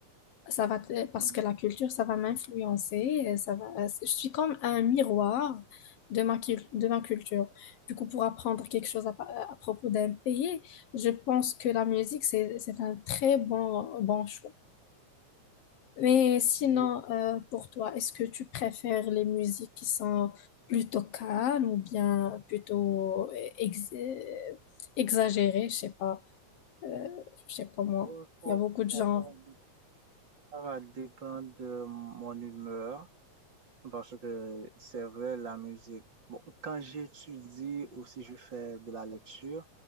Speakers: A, on the left (about 65°); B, on the right (about 35°).
A: Ça va, te- parce
B: Mm.
A: que la culture, ça va m'influencer. euh, Ça va, euh, je suis comme un miroir de ma, cul- de ma culture. Du coup, pour apprendre quelque chose à, pa- à propos d'un pays, je pense que la musique, c'est, c'est un très bon, bon choix. Mais sinon,
B: Oui,
A: euh, pour toi, est-ce que tu préfères les musiques qui sont plutôt calmes ou bien plutôt euh, ex- euh, exagérées? Je sais pas, euh, je sais pas moi.
B: bon, ça,
A: Il y a beaucoup de
B: ça
A: genres.
B: ça va dé- ça va dépendre de mon humeur parce que c'est vrai, la musique. Bon, quand j'étudie ou si je fais de la lecture,